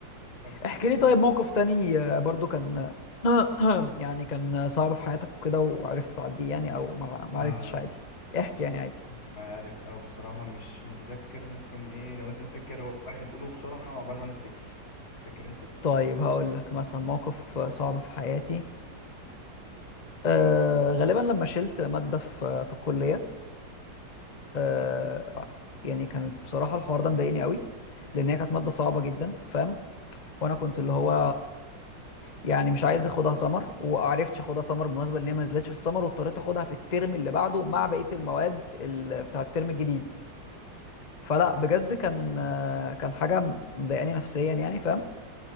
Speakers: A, on the left (about 85°); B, on the left (about 40°).
A: طب الحمد
B: احكي لي
A: لله
B: طيب موقف تاني آه، برضو كان <clears throat> يعني كان صعب في حياتك وكده وعرفت تعديه يعني او ما ما عرفتش
A: آه.
B: عادي احكي يعني عادي
A: مش عارف او بصراحة مش متذكر ممكن ايه لو انت فاكر واحد قوله بسرعة عقبال ما انا افتكر فاكر انت
B: طيب هقول لك مثلا موقف صعب في حياتي أه غالبا لما شلت مادة في في الكلية آه يعني كانت بصراحة الحوار ده مضايقني قوي لأن هي كانت مادة صعبة جدا فاهم وأنا كنت اللي هو يعني مش عايز اخدها سمر وعرفتش اخدها سمر بالمناسبة لأن هي ما نزلتش في السمر واضطريت اخدها في الترم اللي بعده مع بقية المواد ال- بتاع الترم الجديد فلا بجد كان آه، كان حاجة مضايقاني نفسيا يعني فاهم